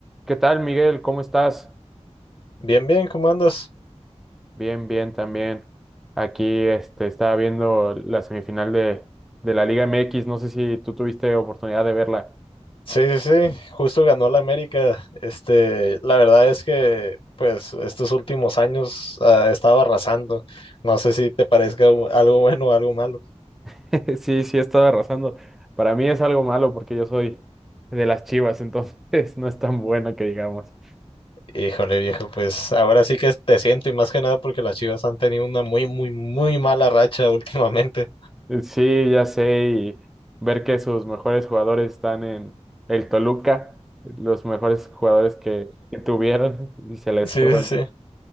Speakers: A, in the centre; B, on the left.
A: ¿Qué tal, Miguel? ¿Cómo estás?
B: Bien, bien, ¿cómo andas?
A: Bien, bien, también. Aquí este, estaba viendo la semifinal de, de la Liga MX. No sé si tú tuviste oportunidad de verla.
B: Sí, sí, sí, justo ganó la América. Este, la verdad es que, pues, estos últimos años ha estado arrasando. No sé si te parezca u- algo bueno o algo malo.
A: <laughs> Sí, sí, he estado arrasando. Para mí es algo malo porque yo soy de las Chivas, entonces <laughs> no es tan buena que digamos.
B: Híjole, viejo, pues ahora sí que te siento y más que nada porque las Chivas han tenido una muy, muy, muy mala racha <laughs> últimamente.
A: Eh, Sí, ya sé, y ver que sus mejores jugadores están en el Toluca, los mejores jugadores que, que tuvieron y se les
B: Sí,
A: fueron.
B: sí, sí.